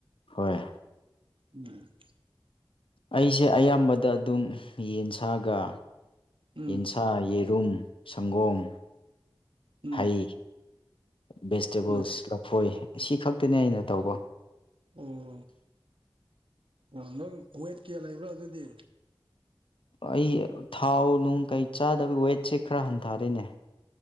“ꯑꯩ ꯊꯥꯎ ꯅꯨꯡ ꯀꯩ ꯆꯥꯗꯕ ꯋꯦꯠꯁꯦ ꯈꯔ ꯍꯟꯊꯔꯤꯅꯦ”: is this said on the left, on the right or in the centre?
Left